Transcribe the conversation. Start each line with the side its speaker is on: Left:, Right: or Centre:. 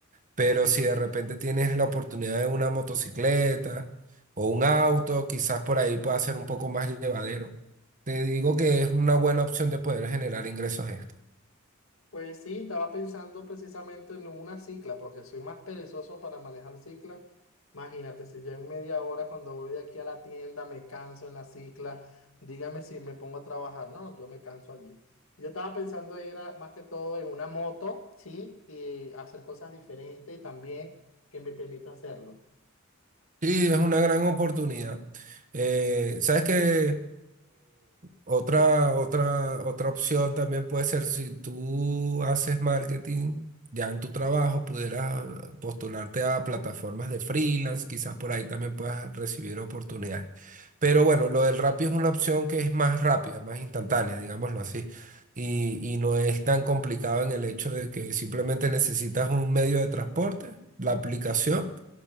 Right: Pero si de repente tienes la oportunidad de una motocicleta o un auto, quizás por ahí pueda ser un poco más llevadero. Te digo que es una buena opción de poder generar ingresos extra.
Left: Pues sí, estaba pensando precisamente en una cicla, porque soy más perezoso para manejar cicla. Imagínate, si yo en media hora cuando voy de aquí a la tienda me canso en la cicla, dígame si me pongo a trabajar. No, yo me canso allí. Yo estaba pensando ir a- más que todo en una moto, ¿sí? Y hacer cosas diferentes también que me permita hacerlo.
Right: Sí, es una gran oportunidad. Eh, sabes que otra, otra, otra opción también puede ser si tú haces marketing ya en tu trabajo, pudieras postularte a plataformas de freelance, quizás por ahí también puedas recibir oportunidades. Pero bueno, lo del Rappi es una opción que es más rápida, más instantánea, digámoslo así. Y, y no es tan complicado en el hecho de que simplemente necesitas un medio de transporte, la aplicación.